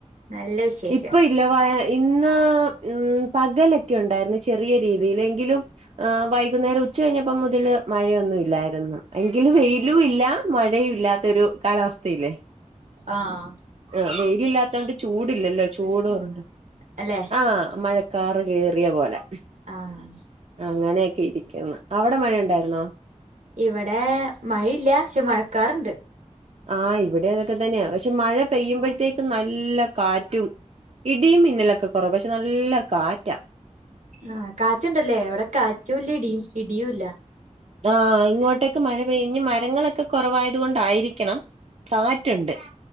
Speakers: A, on the right; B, on the right.
A: നല്ല വിശേഷം
B: ഇപ്പൊ ഇല്ല വ ഇന്ന് ഉം പകലൊക്കെ ഉണ്ടായിരുന്നു ചെറിയ രീതിയിലെങ്കിലും. ഏഹ് വൈകുന്നേരം ഉച്ച കഴിഞ്ഞപ്പോ മുതല് മഴയൊന്നും ഇല്ലായിരുന്നു. എങ്കിലും വെയിലും ഇല്ല മഴയും ഇല്ലാ ത്തൊരു കാലാവസ്ഥയില്ലേ.
A: ആഹ്
B: ആഹ് വെയിലില്ലാത്തണ്ട് ചൂടില്ലല്ലേ ചൂട് കുറഞ്ഞു
A: അല്ലേ.
B: ആഹ് മഴക്കാറ് കേറിയ പോലെ
A: ആഹ്
B: അങ്ങനെയൊക്കെ ഇരിക്കുന്നു. അവിടെ മഴ ഉണ്ടായിരുന്നോ.
A: ഇവിടെ മഴയില്ല പക്ഷെ മഴക്കാറുണ്ട്.
B: ആഹ് ഇവിടെ അതൊക്കെ തന്നെയ. പക്ഷെ മഴ പെയ്യുമ്പോഴത്തേക്ക് നല്ല കാറ്റും. ഇടിയും മിന്നലൊക്കെ കുറവ. പക്ഷെ നല്ല കാറ്റ.
A: ആഹ കാറ്റുണ്ടല്ലേ ഇവിടെ കാറ്റും ഇല്ല. ഇട ഇടിയുല്ല.
B: ആഹ് ഇങ്ങോട്ടേക്ക് മഴ പെയഞ്ഞ് മരങ്ങളൊക്കെ കുറവായത് കൊണ്ടായിരിക്കണം കാറ്റുണ്ട്.